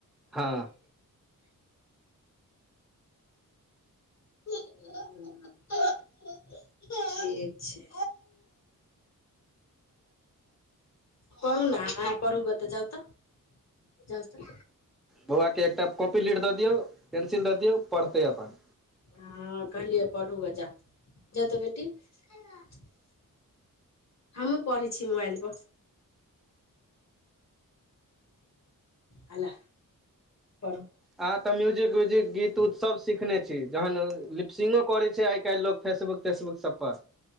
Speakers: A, in the centre; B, on the left (about 50°).
A: हँ।
B: <unintelligible> ठिक छै पढू न आहाँ पढू ग जाऊ त।
A: बौआ के एकटा कॉपी लिड दए दियौ पेंसिल दए दियौ पढ़तै अपन।
B: हँ कहलियै पढू ग जाऊ जा त बेटी <unintelligible> हमु पढ़ै छीय मोबाईल पर हले पढ़ू
A: ह त म्यूजिक व्यूजिक गीत उत सब सिखने छी जहन लिपसिंगो करे छै आइ काल्हि लोग फेसबुक तेसबुक सब पर